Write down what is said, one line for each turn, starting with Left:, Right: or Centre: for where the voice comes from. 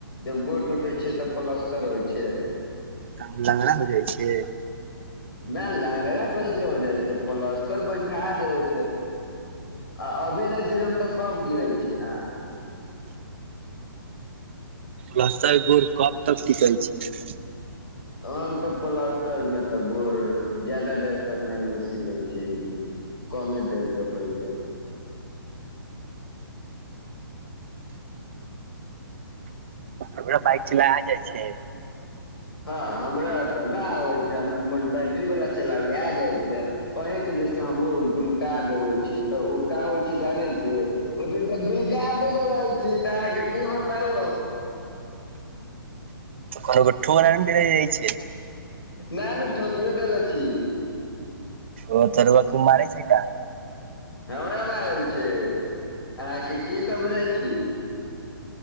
Left: जब गोड़ टूटे छै तऽ पलस्तर होइ छै
Right: आ लंगड़ा हो जाइ छै
Left: न लांगराा कैसे हो जाइ छै प्लस्तर बैठा देबै छै आ अभी नहि गिरब तऽ कब गिरै छीयै आहां
Right: रस्ता गोर कब तक टिकै छै
Left: हम तऽ पलस्तर में तऽ गोड़ जादा देर तक नहि ए सिखै छी कमे देर तक होइ छै
Right: हमरा बाइक चला आ जाइ छै
Left: हँ हमरा तऽ न आबै छै हमरा बैटरी वाला चलाबे ऐ जाय छै अहीं के से हमु ढुलका देबय छी तऽ उ ओका होइ छै जाने छियै ओ दिन त ढूलका देल रहै छी तऽ अहां के की बताउ हम
Right: कनो के ठोड़ रैग देने रहय छियै
Left: नै नु ठोकियो देले छी
Right: ओ त रुउआ कुमारै छै का
Left: हमरा मारै छै अहाँ के की सब बुझै छी